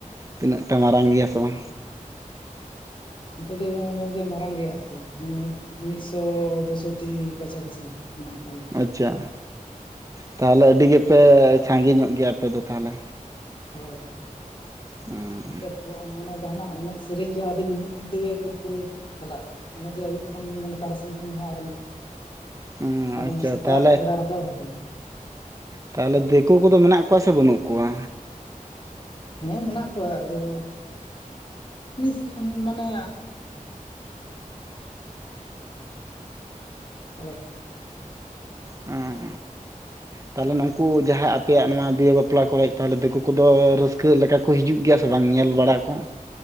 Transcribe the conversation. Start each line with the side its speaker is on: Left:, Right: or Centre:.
Right: ᱛᱤᱱᱟᱹᱜ ᱴᱟ ᱢᱟᱨᱟᱝ ᱜᱮᱭᱟ ᱥᱮ ᱵᱟᱝ?
Left: ᱱᱚᱛᱮ ᱫᱚ ᱜᱚᱝ ᱜᱚᱢᱠᱮ ᱢᱟᱨᱟᱝ ᱜᱮᱭᱟ ᱟᱛᱳ ᱢᱟᱱᱮ ᱢᱤᱫᱥᱚ ᱵᱚᱥᱚᱛᱤ ᱠᱟᱪᱷᱟ ᱠᱟᱪᱷᱤ, ᱢᱮᱱᱟᱜ ᱟᱠᱟᱜ ᱞᱮᱭᱟ
Right: ᱟᱪᱪᱷᱟ ᱛᱟᱦᱚᱞᱮ ᱟᱹᱰᱤ ᱜᱮᱯᱮ ᱥᱟᱸᱜᱤᱧᱚᱜ ᱜᱮᱭᱟ ᱟᱯᱮ ᱫᱚ ᱛᱟᱦᱚᱞᱮ,
Left: ᱦᱳᱭ
Right: ᱦᱩᱸ
Left: ᱱᱚᱛᱮ ᱯᱚ ᱢᱟᱱᱮ ᱡᱟᱦᱟᱱᱟᱜ ᱮᱱᱮᱡ ᱥᱮᱨᱮᱧ ᱫᱚ ᱟᱹᱰᱤ ᱢᱤᱫ ᱧᱤᱫᱟᱹ ᱜᱮ ᱮᱠᱚᱢ ᱯᱩᱨᱟᱹ ᱪᱟᱞᱟᱜᱼᱟ ᱚᱱᱮ ᱡᱮ ᱟᱹᱭᱩᱵ ᱠᱷᱚᱱ ᱢᱟᱱᱮ ᱛᱟᱨᱟᱥᱤᱧ ᱠᱷᱚᱱ ᱡᱟᱦᱟᱸ ᱟᱨᱟᱢᱵᱷᱚ
Right: ᱦᱩᱸ
Left: ᱟᱫᱚᱢ
Right: ᱟᱪᱪᱷᱟ
Left: ᱥᱮᱛᱟᱜ
Right: ᱛᱟᱦᱚᱞᱮ
Left: ᱵᱮᱲᱟ ᱨᱟᱠᱟᱵ <inaudible>
Right: ᱛᱟᱦᱚᱞᱮ ᱫᱮᱠᱳ ᱠᱚᱫᱚ ᱢᱮᱱᱟᱜ ᱠᱚᱣᱟ ᱥᱮ ᱵᱟᱹᱱᱩᱜ ᱠᱚᱣᱟ?
Left: ᱦᱮᱸ ᱢᱮᱱᱟᱜ ᱠᱚᱣᱟ ᱟᱫᱚ ᱢᱤᱥ ᱢᱟᱱᱮ ᱟᱞᱟᱫᱟ
Right: ᱚᱸ ᱩᱸ
Left: <unintelligible>
Right: ᱛᱟᱦᱚᱞᱮ ᱱᱩᱝᱠᱩ ᱡᱟᱦᱟᱸ ᱟᱯᱮᱭᱟᱜ ᱱᱚᱣᱟ ᱵᱤᱦᱟᱹ ᱵᱟᱯᱞᱟ ᱠᱚᱨᱮᱜ ᱛᱟᱦᱚᱞᱮ ᱫᱮᱠᱳ ᱠᱚᱫᱚ ᱨᱟᱹᱥᱠᱟᱹ ᱞᱮᱠᱟ ᱠᱚ ᱦᱤᱡᱩᱜ ᱜᱮᱭᱟ ᱥᱮ ᱵᱟᱝ ᱧᱮᱞ ᱵᱟᱲᱟ ᱠᱚ